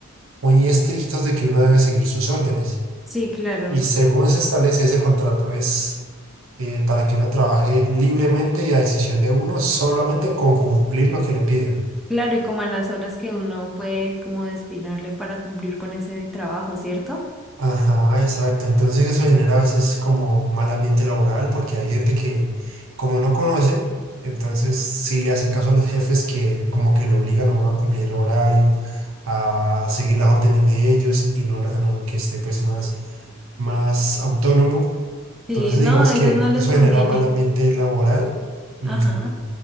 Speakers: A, on the right (about 60°); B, in the centre.
A: muy estrictos de que uno debe seguir sus órdenes.
B: Sí, claro.
A: Y según se establece ese contrato es eh, para que uno trabaje libremente y a decisión de uno, solamente con cumplir lo que le piden.
B: Claro, y como a las horas que uno puede como destinarle para cumplir con ese trabajo, ¿cierto?
A: Ajá, exacto. Entonces eso genera a veces como un mal ambiente laboral porque hay gente que como no conoce, entonces sí le hace caso a los jefes que como que lo obligan a uno a cumplir horario, a seguir las órdenes de ellos y no lo dejan a uno que esté pues más, más autónomo.
B: Sí,
A: Entonces
B: no,
A: digamos
B: a
A: que
B: ellos no les
A: eso
B: conviene.
A: genera mal ambiente laboral y,
B: Ajá,